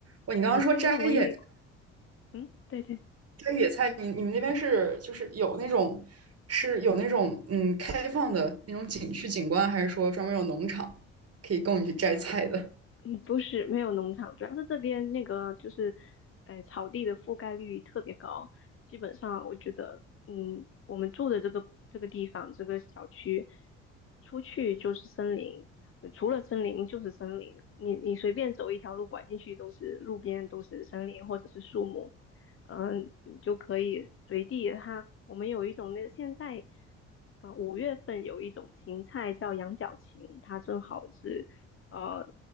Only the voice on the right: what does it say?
哇，你刚刚说摘野
摘野菜，你你们那边是就是有那种是有那种嗯开放的那种景区景观，还是说专门有农场可以供你去摘菜的？